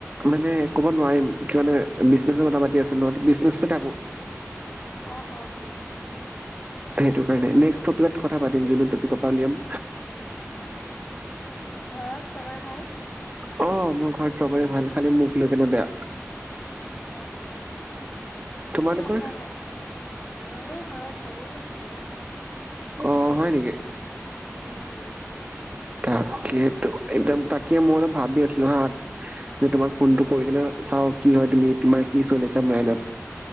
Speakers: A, on the right (about 25°); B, on the left (about 30°).
A: মানে ক'ব নোৱাৰিম কিয় মানে বিজনে কথা পাতি আছো নহ বিজনেছ ত থাকো।
B: অ অ অ।
A: সেইটো কাৰণে নেক্সট টপিকত কথা পাতিম যোনটো টপিকৰ পৰা উলিয়াম।
B: ঘৰত চবৰে ভাল?
A: অ মোৰ ঘৰত চবৰে ভাল খালি মোক লৈ কেনে বেয়া
B: উ অ।
A: তোমালোকৰ
B: একো নাই দিয়া ভাল। আমাৰো ঘৰত ভালেই দিয়া সবৰে।
A: অঁ হয় নেকি?
B: উম উম।
A: তাকেটো তাকে মই অলপ ভাবি আছিলো হা যে তোমাক ফোনটো কৰি কিনে চাও কি হয় তুমি তোমাৰ কি চলিছা মাইনত।